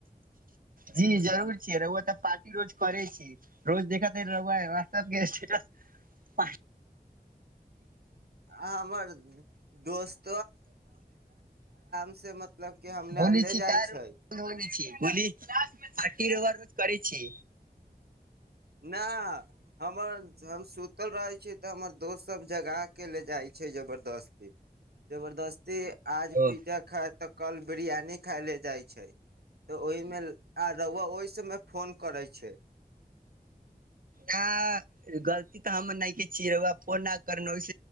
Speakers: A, on the right; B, on the right.
A: जी जरूर छीिय रुआ तऽ पार्टी रोज करे छी रोज देख रबइ व ग <inaudible>
B: आ हमर दोस्त से मतलब कि हमरा
A: बोल
B: ले
A: छी
B: जाइ
A: क
B: छै
A: रोज ब छी बोल पटी रोग रोज करै छी
B: न हमर हम सुतल रहै छी तऽ हमर दोस्त सब जगा के ले जाइ छै जबरदस्ती जबरदस्ती आज
A: ओ
B: पिज्जा खा तऽ कल बिरयानी खाय ले जाइ छै तऽ ओहिमे आर रुआ ओहि समय फोन करै छै
A: नहि गलती तऽ हम नहि के छीियै रहुआ फोन नहि कर ओहिस